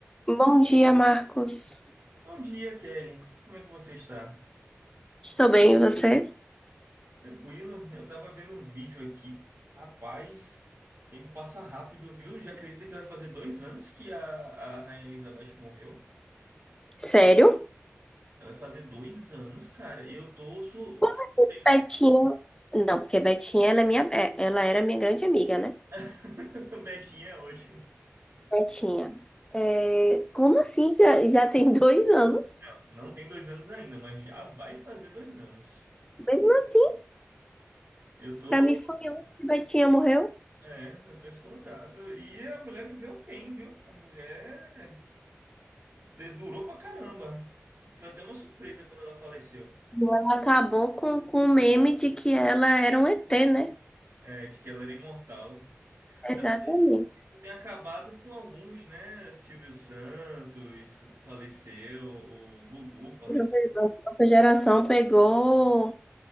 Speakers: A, on the left (about 15°); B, on the right (about 60°).
A: Bom dia, Marcos.
B: Bom dia, Kelly. Como é que você está?
A: Estou bem, e você?
B: Tranquilo? Eu tava vendo um vídeo aqui. Rapaz, tempo passa rápido, viu? Já acredita que vai fazer dois anos que a, a Rainha Elizabeth morreu?
A: Sério?
B: Ela vai fazer dois anos, cara. E eu tô su-
A: Como
B: surpreso.
A: é que Betinha. Não, porque Betinha ela é minha, é, ela era minha grande amiga, né?
B: <laughs> Betinha é ótimo.
A: Betinha. É, como assim? Já, já tem dois anos?
B: Não, não tem dois anos ainda, mas já vai fazer dois anos.
A: Mesmo assim,
B: Eu tô,
A: pra mim foi ontem que Betinha morreu.
B: é, eu tô espantado. E a mulher viveu bem, viu? A mulher de- durou pra caramba. Foi até uma surpresa quando ela faleceu.
A: Ela acabou com, com o meme de que ela era um ET, né?
B: É, de que ela era imortal. Na
A: Exatamente.
B: verdade, isso isso tem acabado com alguns, né? Silvio Santos faleceu, o Gugu faleceu.
A: Essa foi- Nossa geração pegou